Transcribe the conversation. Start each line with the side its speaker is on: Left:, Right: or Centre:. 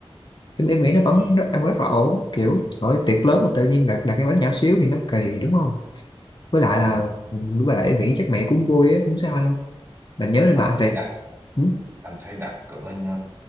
Left: em em nghĩ
Right: anh
Left: nó vẫn
Right: thấy
Left: rất, đang rất là ổn kiểu hỏi ơi, tiệc lớn mà tự nhiên đặt đặt cái bánh nhỏ xíu thì nó kỳ đúng không với lại
Right: anh
Left: là với lại em nghĩ chắc mẹ cũng vui á không sao đâu bạn nhớ lên
Right: anh
Left: mạng
Right: thấy
Left: về
Right: đặt
Left: ừ?
Right: anh thấy đặt cỡ như,